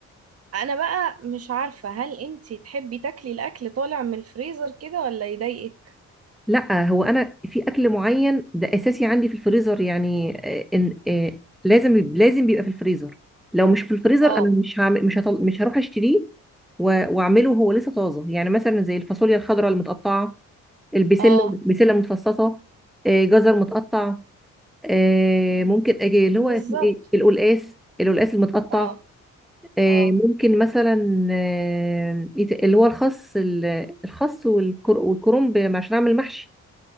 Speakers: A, on the right; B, in the centre.
A: انا بقى مش عارفة هل انتي تحبي تاكلي الاكل طالع من الفريزر كده ولا يضايقك
B: لا هو انا في اكل معين ده اساسي عندي في الفريزر يعني آه، إن آه، لازم لازم بيبقى في الفريزر لو مش في الفريزر
A: اه
B: انا مش هعمل مش هطل... مش هروح اشتريه و- واعمله هو لسه طازه يعني مثلا زي الفاصوليا الخضراء المتقطعه البسله
A: اه
B: بسله متفصصه آه، جزر متقطع آه، ممكن اجي اللي
A: بالظبط
B: هو اسمه ايه القلقاس القلقاس المتقطع
A: اه
B: آه،
A: اه
B: ممكن مثلا آه، إيه تا- اللي هو الخس ال- الخس والكر- والكرنب عشان اعمل محشي